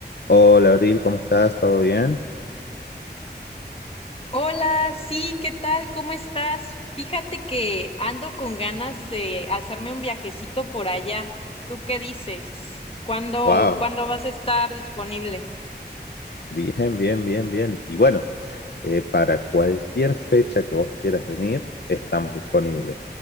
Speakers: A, on the left (about 70°); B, on the left (about 35°).
A: Hola Abril, ¿cómo estás? ¿Todo bien?
B: Hola, sí, ¿qué tal? ¿Cómo estás? Fíjate que ando con ganas de hacerme un viajecito por allá. ¿Tú qué dices? ¿Cuándo,
A: Wow,
B: cuándo vas a estar disponible?
A: bien, bien, bien, bien. Y bueno, eh, para cualquier fecha que vos quieras venir, estamos disponibles.